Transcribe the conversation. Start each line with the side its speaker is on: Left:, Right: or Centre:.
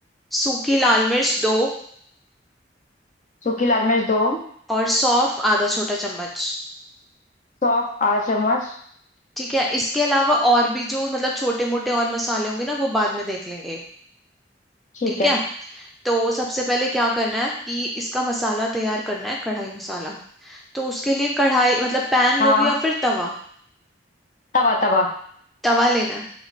Centre: सूखी लाल मिर्च दो
Left: सूखी लाल मिर्च दो
Centre: और सौंफ आधा छोटा चम्मच
Left: सौंफ आधा चम्मच
Centre: ठीक है इसके अलावा और भी जो मतलब छोटे मोटे और मसाले होंगे ना वो बाद में देख लेंगे
Left: ठीक
Centre: ठीक
Left: है
Centre: है तो सबसे पहले क्या करना है कि इसका मसाला तैयार करना है कढ़ाई मसाला तो उसके लिए कढ़ाई मतलब पैन
Left: हाँ
Centre: लोगे या फिर तवा
Left: तवा तवा
Centre: तवा लेना है